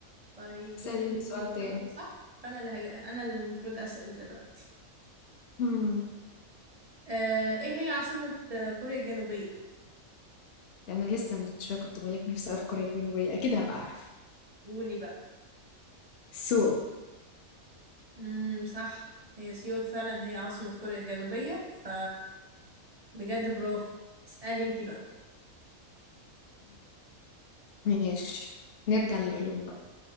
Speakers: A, on the right; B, on the left.
A: طيب
B: اسأليني
A: بما اني
B: سؤال تاني
A: جاوبت صح فانا اللي هج... انا اللي المفروض اسأل دلوقتي
B: هم.
A: آه ايه هي عاصمة آه، كوريا الجنوبية
B: أنا لسه من شوية كنت بقولك نفسي أروح كوريا الجنوبية أكيد هبقى أعرف
A: قولي بقى
B: سول
A: امم صح هي سيول فعلا هي عاصمة كوريا الجنوبية ف بجد برافو اسألي انتي بقى
B: ماشي نرجع للعلوم بقى